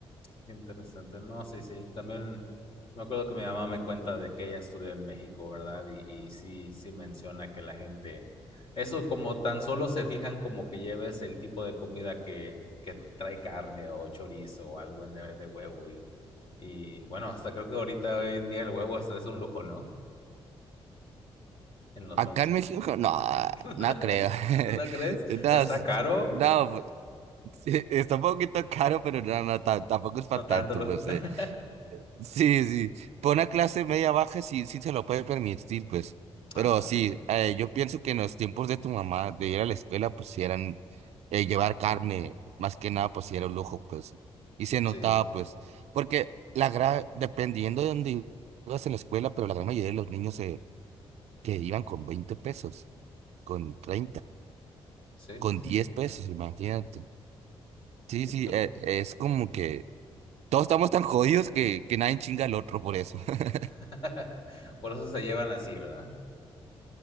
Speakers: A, on the left (about 55°); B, on the right (about 80°).
A: Qué interesante. No, sí, sí. También me acuerdo que mi mamá me cuenta de que ella estudió en México, ¿verdad? Y, y sí, sí menciona que la gente, eso como tan solo se fijan como que lleves el tipo de comida que, que trae carne o chorizo o algo en de, de huevo. Y, y bueno, hasta creo que ahorita hoy en día el huevo hasta es un lujo, ¿no? En los
B: Acá
A: lonches.
B: en México, <laughs> no,
A: <laughs>
B: no creo. <laughs>
A: ¿No crees?
B: No,
A: ¿Está
B: s-
A: caro?
B: no, Sí, está un poquito caro, pero no, no, ta- tampoco es para
A: No tanto
B: tanto,
A: lujo.
B: pues.
A: <laughs>
B: eh. Sí, sí, por una clase media baja sí, sí se lo puede permitir, pues. Pero
A: Ah, entiendo.
B: sí, eh, yo pienso que en los tiempos de tu mamá, de ir a la escuela, pues sí eran eh, llevar carne, más que nada, pues sí era un lujo, pues. Y se notaba,
A: Sí, sí, sí.
B: pues, porque la gran, dependiendo de dónde ibas en la escuela, pero la gran mayoría de los niños eh, que iban con 20 pesos, con 30
A: Sí,
B: con
A: sí, sí.
B: 10 pesos, imagínate. Sí,
A: Sí,
B: sí,
A: pues
B: eh, es como que Todos estamos tan jodidos que, que nadie chinga al otro por eso. <laughs>
A: <laughs> Por eso se llevan así, ¿verdad?